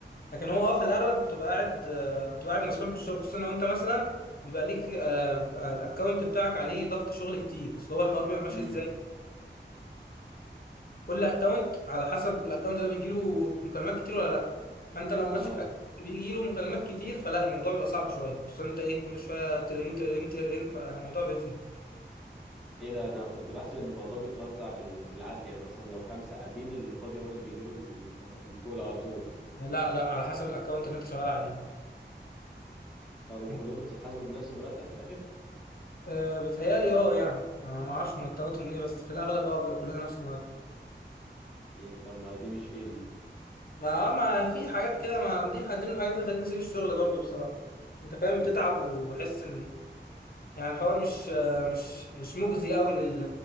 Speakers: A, on the left (about 55°); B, in the centre.
A: لكن هو اه في الاغلب بتبقى قاعد آه بتبقى قاعد مسؤول في الشغل خصوصا لو انت مثلا بيبقى ليك آه آه، الاكونت بتاعك عليه ضغط شغل كتير اصل هو الحوار بيبقى ماشي
B: امم
A: ازاي كل اكونت على حسب الاكونت ده بيجيله مكالمات كتير ولا لا فانت لو ماسك
B: اه
A: اكونت بيجيله مكالمات كتير فلا الموضوع بيبقى صعب شويه خصوصا انت ايه كل شويه ترن ترن ترن فالموضوع بيخنق
B: ايه ده انا كنت بحسب ان الموضوع بيتوزع بال... بالعدل يعني مثلا لو خمسه قاعدين اللي فاضي هو اللي بيجي له ال... الكول على طول
A: لا لا على حسب الاكونت اللي انت شغال عليه
B: طب وكلكم
A: م.
B: بتتحاسبوا بنفس المرتب في الاخر
A: أه بيتهيألي اه يعني أنا ما اعرفش مرتباتهم ايه بس في الاغلب اه بيبقى كلنا نفس المرتب
B: ايه ده طب ما دي مش فير دي
A: ما اه ما في حاجات كده ما دي من ضمن الحاجات اللي خلتني اسيب الشغل برضو بصراحه انت فاهم بتتعب وبحس ان يعني الحوار مش آه، مش مش مجزي قوي لل-